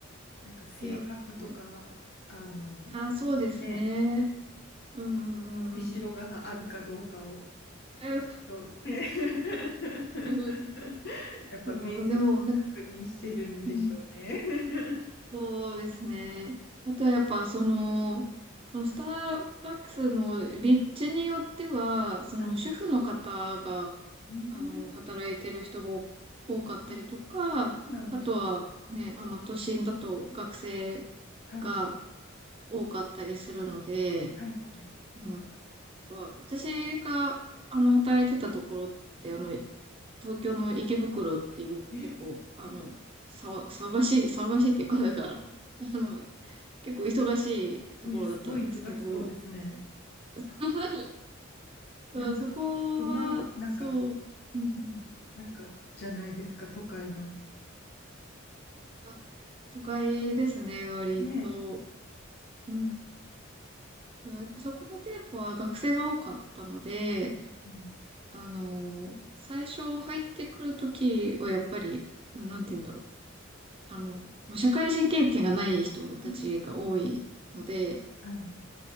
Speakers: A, on the left; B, on the right.
A: なんか性格とか、
B: いや、ね。
A: あの、
B: あ、そうですね。
A: ね、
B: うんうんうんうん。
A: 伸びしろがあるかどうかを、
B: え
A: と、ね、<laughs>
B: <laughs> うん
A: やっぱ面接で
B: そうでも、なんか、
A: 確認してるんでしょうね。
B: うん、
A: <laughs>
B: そうですね。あとはやっぱ、その、そのスターバックスの立地によっては、その主婦の方が
A: はい。<laughs> うん。
B: あの、働いてる人が多多かったりとか、
A: あ、そうなんですか。
B: あとはね、あの、都心だと学生
A: はい。
B: が多かったりするので、
A: はいは
B: うん。やっぱ、私が、あの、働いてたところって、あの、東京の池袋っていう結構、
A: い。え、
B: あの、騒が、騒がしい、騒がしいっていうか、だから、あの、結構忙しいところだったんですけど、
A: え、すごい忙しそうですね。
B: <laughs> うんそこは、
A: なんか、ど真ん中
B: そう、うんうん。
A: なんか、じゃないですか、都会の。
B: あ、都会ですね、割と。
A: ね。
B: うん。でもやっぱそこの店舗は学生が多かったので、
A: うん。
B: あの最初入ってくるときはやっぱり、なんて言うんだろう。あの、社会人経験がない人たちが多いので、
A: うんはい。